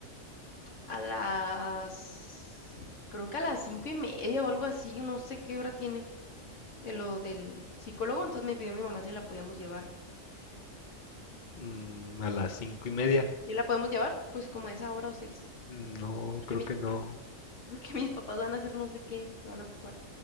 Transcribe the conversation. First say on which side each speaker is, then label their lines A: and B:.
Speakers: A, on the left; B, on the left.
A: a las, creo que a las cinco y media o algo así, no sé qué hora tiene de lo del psicólogo, entonces me pidió mi mamá si la podíamos llevar.
B: Mm, a las cinco y media.
A: ¿Y la podemos llevar? Pues como a esa hora o seis.
B: mm, No,
A: Porque,
B: creo
A: mi,
B: que no.
A: por- <laughs> porque mis papás van a hacer no sé qué, se van a ocupar.